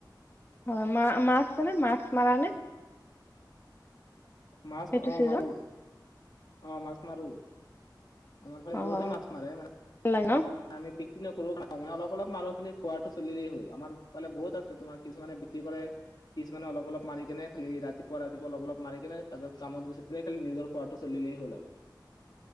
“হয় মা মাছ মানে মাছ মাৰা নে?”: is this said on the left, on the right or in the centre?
Left